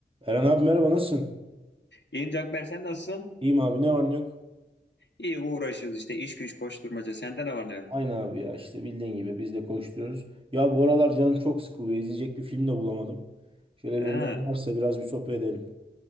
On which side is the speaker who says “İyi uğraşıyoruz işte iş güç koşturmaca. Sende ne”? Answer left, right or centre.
Left